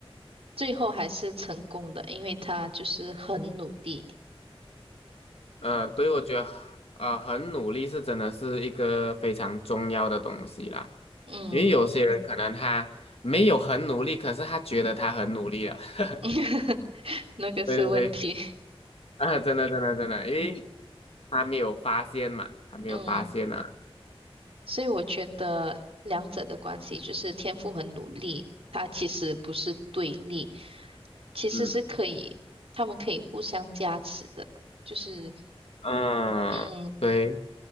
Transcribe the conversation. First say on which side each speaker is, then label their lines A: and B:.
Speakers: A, on the right; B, on the left.
A: 最后还是成功的，因为他就是很努力。
B: 呃，对，我觉得呃很努力是真的是一个非常重要的东西啦，
A: 嗯，
B: 因为有些人可能他没有很努力，可是他觉得他很努力了。<laughs>
A: <laughs> 那个是问题。
B: 对对对，<laughs> 啊，真的真的真的，因为他没有发现嘛，他没有发现啊，
A: 嗯，所以我觉得两者的关系就是天赋和努力，它其实不是对立，其实是可以，
B: 嗯
A: 他们可以互相加持的。就是，
B: 嗯，
A: 嗯，
B: 对，